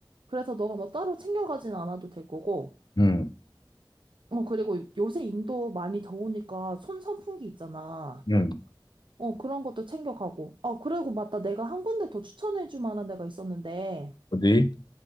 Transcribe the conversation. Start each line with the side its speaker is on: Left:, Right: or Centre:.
Right: 그래서 너가 뭐 따로 챙겨가진 않아도 될 거고,
Left: 응,
Right: 어, 그리고 요새 인도 많이 더우니까 손 선풍기 있잖아.
Left: 응.
Right: 어, 그런 것도 챙겨가고. 어 그리고 맞다. 내가 한 군데 더 추천해줄 만한 데가 있었는데,
Left: 어디?